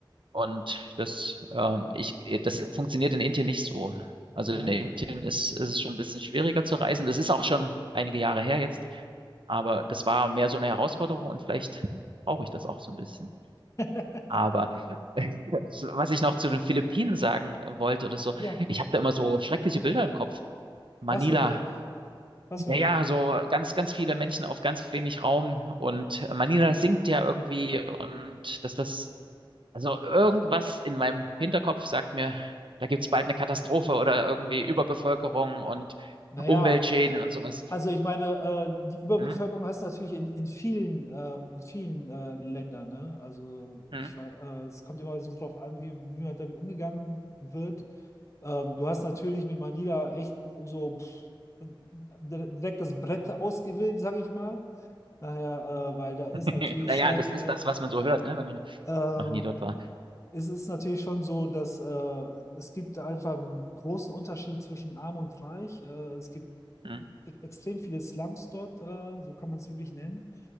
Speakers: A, on the right (about 70°); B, on the left (about 35°).
A: Und das, ähm, ich, das funktioniert in Indien nicht so. Also
B: ja,
A: in Indien ist, ist es schon ein bisschen schwieriger zu reisen. Das ist auch schon einige Jahre her jetzt. Aber das war mehr so eine Herausforderung und vielleicht brauche ich das auch so ein bisschen.
B: <laughs>
A: Aber <laughs> was ich noch zu den Philippinen sagen äh, wollte oder so,
B: ja.
A: ich habe da immer so schreckliche Bilder im Kopf. Manila,
B: Was für Bilder? Was
A: naja,
B: für Bilder?
A: so ganz, ganz viele Menschen auf ganz wenig Raum und äh, Manila sinkt ja irgendwie und dass das, also irgendwas in meinem Hinterkopf sagt mir, da gibt's bald eine Katastrophe oder irgendwie Überbevölkerung und
B: Naja,
A: Umweltschäden und sowas.
B: Also ich meine, äh, die Überbevölkerung
A: Hm?
B: hast du natürlich in, in vielen, äh, in vielen äh, Ländern, ne? Also
A: Hm?
B: ich war, äh, es kommt immer so drauf an, wie, wie man damit umgegangen wird. Ähm, du hast natürlich mit Manila echt so pff, direkt das Brett ausgewählt, sage ich mal. Daher, äh, weil da ist
A: <laughs>
B: natürlich
A: Naja,
B: schon,
A: das ist
B: äh,
A: das, was man so hört, ne, wenn man
B: äh,
A: noch nie dort war.
B: es ist natürlich schon so, dass äh, es gibt einfach einen großen Unterschied zwischen Arm und Reich. Äh, es gibt
A: Hm?
B: e- extrem viele Slums dort, äh, so kann man es wirklich nennen,